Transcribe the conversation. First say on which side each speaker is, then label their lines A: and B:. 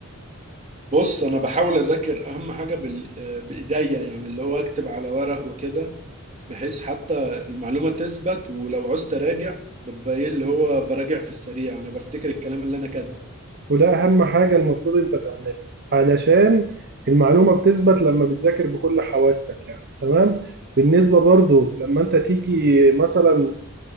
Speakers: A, on the right; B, on the right.
A: بص انا بحاول اذاكر اهم حاجه بال... بايديا يعني اللي هو اكتب على ورق وكده بحيث حتى المعلومه تثبت ولو عوزت اراجع ببقى ايه اللي هو براجع في السريع انا بفتكر الكلام اللي انا كاتبه
B: وده أهم حاجة المفروض أنت تعملها علشان المعلومة بتثبت لما بتذاكر بكل حواسك يعني تمام بالنسبة برضو لما أنت تيجي مثلا